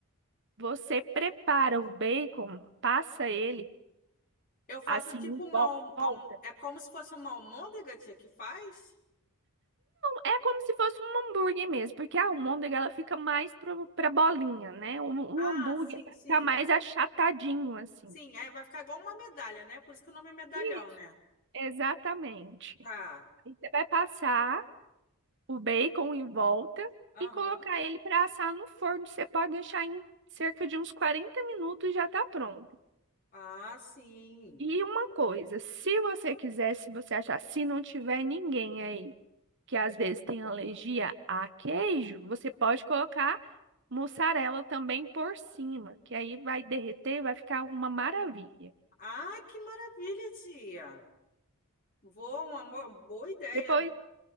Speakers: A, on the right (about 55°); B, on the left (about 40°).
A: Você prepara o bacon, passa ele
B: Eu faço
A: assim
B: tipo
A: em
B: uma. alm-
A: volta.
B: alm- É como se fosse uma almôndega, tia, que faz?
A: É como se fosse um hambúrguer mesmo, porque a almôndega ela fica mais pro, pra bolinha, né? O, o
B: Ah,
A: hambúrguer
B: sim,
A: ele vai
B: sim.
A: ficar mais achatadinho assim.
B: Sim, aí vai ficar igual uma medalha, né? Por isso que o nome é medalhão,
A: Isso,
B: né?
A: exatamente.
B: Tá.
A: Aí você vai passar. o bacon em volta
B: Aham.
A: e colocar ele para assar no forno. Você pode deixar em cerca de uns 40 minutos já tá pronto.
B: Ah, sim.
A: E uma coisa, se você quiser, se você achar, se não tiver ninguém aí que às vezes tem alergia a queijo, você pode colocar mussarela também por cima, que aí vai derreter, vai ficar uma maravilha.
B: Ah, que maravilha, tia. Vou, uma mo- boa ideia.
A: Depois